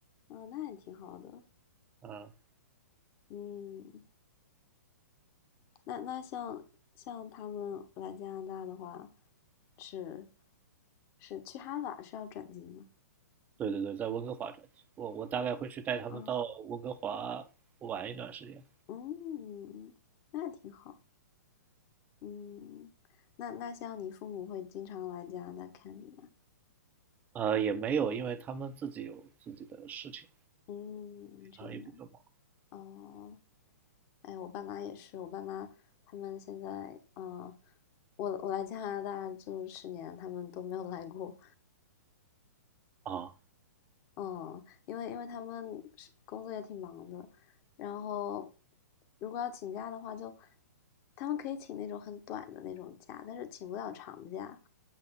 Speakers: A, on the left; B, on the right.
A: 啊，那也挺好的。
B: 嗯，
A: 嗯，那那像像他们来加拿大的话，是是去哈法是要转机吗？
B: 对对对，在温哥华转机，我我大概会去带他们到温哥华玩一段时间。
A: 啊，嗯，那也挺好。嗯，那那像你父母会经常来加拿大看你吗？
B: 呃，也没有，因为他们自己有自己的事情，
A: 嗯，
B: 平常也比较忙
A: 这样哦。哎，我爸妈也是，我爸妈他们现在，呃，我我来加拿大就十年，他们都没有来过。
B: 啊。
A: 嗯，因为因为他们是工作也挺忙的，然后如果要请假的话就，他们可以请那种很短的那种假，但是请不了长假，